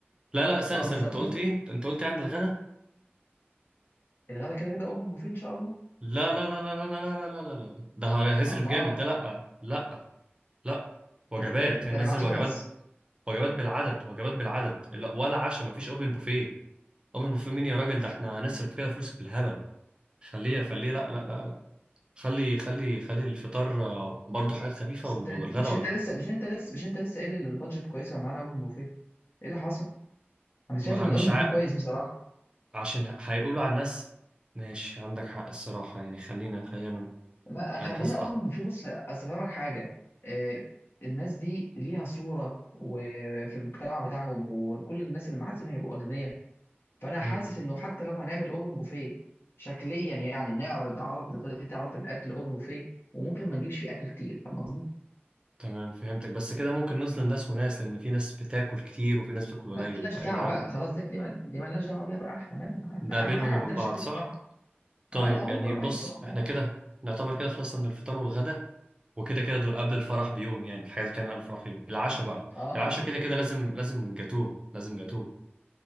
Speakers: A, on the right (about 25°); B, on the left (about 65°).
A: لا لا استنى
B: اه
A: استنى
B: بالظبط
A: انت قلت
B: ممكن
A: ايه انت أنت قلت عن الغدا
B: الغدا كده كده اوبن بوفيه ان شاء الله
A: لا لا لا لا لا لا لا لا لا لا لا. ده هي- هيصرف
B: اما
A: جامد ده لا لا لا وجبات
B: انت انت بتعمل
A: ننزل
B: عشاء
A: وجبات
B: بس
A: وجبات بالعدد وجبات بالعدد لا ولا عشاء مفيش اوبن بوفيه اوبن بوفيه مين يا راجل ده احنا هنصرف كده فلوس بالهبل خليه خليه لا لا لا لا خلي خلي خلي الفطار آه، برضه حاجات خفيفة
B: بس
A: وال-
B: انت
A: والغدا
B: مش
A: وجبات
B: انت لسه مش انت لسه مش انت لسه قايل ان البادجت كويسه معانا اوبن بوفيه ايه اللي حصل انا شايف
A: ما
B: ان
A: ه- مش
B: الاوبن
A: ع...
B: بوفيه كويس بصراحه
A: عشان ه- هيقولوا على الناس ماشي عندك حق الصراحة يعني خلينا خلينا
B: لا خلينا
A: انا حاسس
B: اوبن في بص اصل فاهمك حاجه آه، الناس دي ليها صوره وفي المجتمع بتاعهم وكل الناس اللي معازيم هيبقوا اغنياء فانا حاسس
A: أعط...
B: انه حتى لو هنعمل اوبن بوفيه شكليا يعني نعرض عرض طريقه عرض الاكل اوبن بوفيه وممكن ما نجيبش فيه اكل كتير فاهم قصدي؟
A: تمام فهمتك بس كده ممكن نظلم ناس وناس لأن في ناس بتاكل كتير وفي ناس بتاكل
B: لا
A: قليل
B: ملناش
A: فإيه
B: دعوه
A: العم
B: بقى خلاص دي دي مل- دي ملناش دعوه بيها بقى احنا مالنا احنا
A: ده بينهم
B: اهم حاجه
A: وبين
B: عندنا
A: بعض
B: شكل
A: صح؟
B: الطرح
A: طيب
B: اه لا هم
A: يعني بص
B: بقى يتصوروا
A: احنا كده نعتبر كده خلصنا من الفطار والغدا وكده كده دول قبل الفرح بيوم يعني الحاجات اللي بتعمل قبل الفرح بيوم العشاء بقى
B: اه
A: العشاء كده كده لازم لازم جاتوه لازم جاتوه